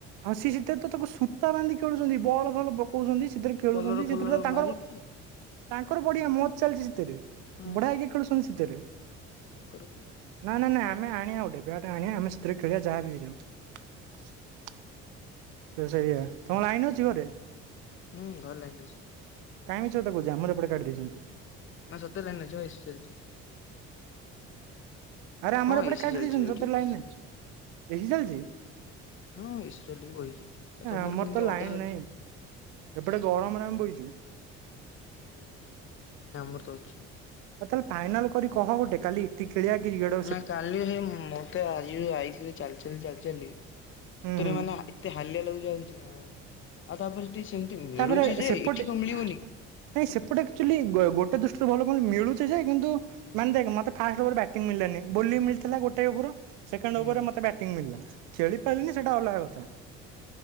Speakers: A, on the right; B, on the left.
A: ଆଉ ସିଏ ସେଥିରେ ତ ତାକୁ ସୂତା ବାନ୍ଧି ଖେଳୁଚନ୍ତି ବଲ ଫଲ ପକଉଚନ୍ତି ସେଥିରେ ଖେଳୁଚନ୍ତି
B: କଲର ଫଲର
A: ସେଥିରେ ତାଙ୍କର
B: ମାରିକି
A: ତାଙ୍କର ବଢିଆ ମଜ ଚାଲିଚି ସେଥିରେ।
B: ହଁ
A: ବଢିଆକି ଖେଳୁଛନ୍ତି ସେଥିରେ।
B: ତାଙ୍କର କଣ ଅଛି
A: ନାଁ ନାଁ ନାଁ ଆମେ ଆଣିଆ ଗୋଟେ ବ୍ୟାଟ ଆଣିଆ ଆମେ ସେଥିରେ ଖେଳିଆ ଯାହା ବିି ହେଇଯାଉ। ସେ ସେଇଆ ତମ ଲାଇନ ଅଛି ଘରେ?
B: ହୁଁ ଘରେ ଲାଇନ୍ ଅଛି।
A: କାଇଁ ମିଛ କଥା କହୁଚୁ ଆମର ଏପଟେ କାଟିଦେଇଚନ୍ତି।
B: ନା ସତରେ <unintelligible>
A: ଆରେ ଆମର
B: ହଁ
A: ଏପଟେ
B: ଏସି
A: କାଟି
B: ଚାଲିଛି
A: ଦେଇଚନ୍ତି
B: ବା
A: ସତରେ
B: ଏଠି
A: ଲାଇନ ନାହିଁ ଏ ସି ଚାଲିଚି?
B: ହଁ ଏ ସି ଚଲେଇକି ବଇଚି ଏଇଠି ଆଉ ତମର
A: ଆମର
B: କେମିତି
A: ତ
B: ଅଧା
A: ଲାଇନ ନାହିଁ ଏପଟେ ଗରମରେ ଆମେ ବଇଚୁ।
B: ହୁଁ ଆମର ତ ଅଛି।
A: ଆଉ ତାହେଲେ ଫାଇନାଲ କରି କହ ଗୋଟେ କାଲି ଟି ଖେଳିଆ କ୍ରିକେଟ
B: ନା କାଲି ହୁଁମ ମତେ ଆଜି ଆଇଥିଲି ଚାଲି ଚାଲି ଚାଲି ଚାଲି ସତରେ
A: ହୁଁ ହୁଁ
B: ମାନେ ଆ ଏତେ ହାଲିଆ ଲାଗୁଚି ଆଉ କିଛି ନା ଆଉ ତାପରେ ସେଠି ସେମିତି ମିଳୁଛି
A: ତାପରେ
B: ଯେ
A: ସେପଟେ
B: ଏଠି କଣ ମିଳିବନି
A: ନାଇଁ
B: କି ଏଠି
A: ସେପଟେ
B: ମିଳିବନି
A: ଆକଚୁଏଲି
B: କି?
A: ଗୋ ଗୋ ଟେ ଦୃଷ୍ଟିରୁ ଭଲ ମିଳୁଚି ଯେ କିନ୍ତୁ ମାନେ ଦେଖ ମତେ ଫାଷ୍ଟ ଓଭର ବ୍ୟାଟିଂ ମିଳିଲାନି ବୋଲିଂ ମିଳିଥିଲା ଗୋଟେ ଓଭର ସେକେଣ୍ଡ
B: ହୁଁ
A: ଓଭରରେ ମତେ ବ୍ୟାଟିଂ ମିଳିଥିଲା ଖେଳି ପାରୁନି ସେଟା ଅଲଗା କଥା